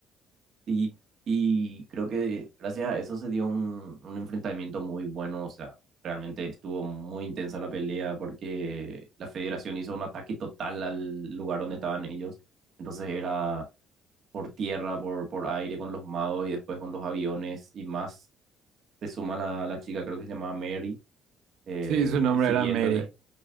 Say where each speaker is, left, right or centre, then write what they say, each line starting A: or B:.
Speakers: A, on the right; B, on the right.
A: Y, y creo que gracias a eso se dio un, un enfrentamiento muy bueno, o sea, realmente estuvo muy intensa la pelea porque la federación hizo un ataque total al lugar donde estaban ellos, entonces era por tierra, por, por aire con los magos y después con los aviones y más, se suma la, la chica, creo que se llamaba Mary, eh,
B: Sí, su nombre
A: siguiéndole
B: era Mary.